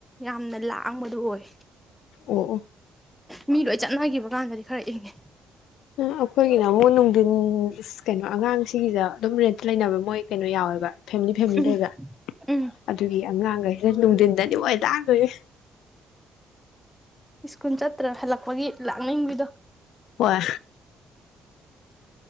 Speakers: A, in the centre; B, on the left (about 80°).
A: ꯌꯥꯝꯅ ꯂꯥꯡꯕꯗꯣ ꯑꯣꯏ
B: ꯑꯣ ꯑꯣ
A: ꯃꯤ ꯂꯣꯏ ꯆꯠꯅꯈꯤꯕ ꯀꯥꯟꯗꯗꯤ ꯈꯔ ꯏꯪꯉꯦ
B: ꯑꯩꯈꯣꯏꯒꯤꯅ ꯑꯃꯨꯛ ꯅꯨꯡꯊꯤꯟ ꯏꯁ ꯀꯩꯅꯣ ꯑꯉꯥꯡꯁꯤꯒꯤꯗ ꯑꯗꯨꯝ ꯔꯦꯟꯠ ꯂꯩꯅꯕ ꯃꯣꯏ ꯀꯩꯅꯣ ꯌꯥꯎꯋꯦꯕ ꯐꯦꯃꯤꯂꯤ ꯐꯦꯃꯤꯂꯤ
A: ꯎꯝ
B: ꯂꯩꯕ
A: ꯎꯝ
B: ꯑꯗꯨꯒꯤ ꯑꯉꯥꯡꯒꯩ ꯅꯨꯡꯗꯤꯟꯗꯅꯦ ꯃꯣꯏ ꯂꯥꯡꯗꯣꯏꯖꯦ
A: ꯁ꯭ꯀꯨꯟ ꯆꯠ ꯇ꯭ꯔ ꯍꯜꯂꯛꯄꯒꯤ ꯂꯥꯛꯅꯤꯡꯕꯤꯗꯣ
B: ꯍꯣꯏ